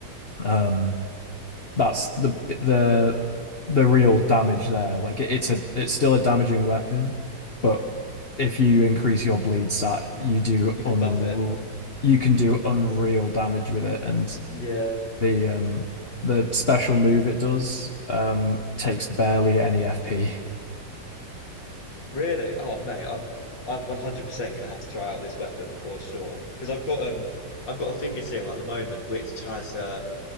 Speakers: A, on the left; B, on the left.
A: um. that's the the the real damage there. Like it, it's a it's still a damaging weapon, but if you increase your bleed stat, you do
B: You
A: un
B: can buff it.
A: you can do unreal damage with it, and
B: Yeah.
A: the um the special move it does um takes barely any FP.
B: Really? Oh, mate, I'm I'm 100% gonna have to try out this weapon for sure. Because I've got um I've got a finger seal at the moment, which has uh